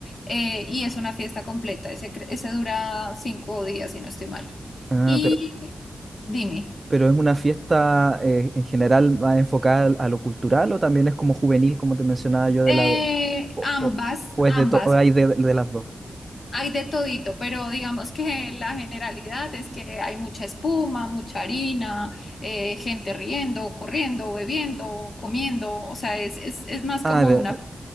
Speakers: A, on the left (about 50°); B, on the right (about 30°).
A: eh, y es una fiesta completa. Ese, cre- ese dura cinco días, si no estoy mal.
B: Ah,
A: Y
B: pero,
A: dime.
B: pero es una fiesta eh, en general más enfocada al- a lo cultural o también es como juvenil, como te mencionaba yo
A: Eh,
B: de la... O,
A: ambas,
B: o- o es
A: ambas,
B: de to- o hay de, de las dos.
A: hay de todito, pero digamos que la generalidad es que hay mucha espuma, mucha harina, eh, gente riendo, corriendo, bebiendo, comiendo, o sea, es, es, es más
B: Ah,
A: como
B: de-
A: una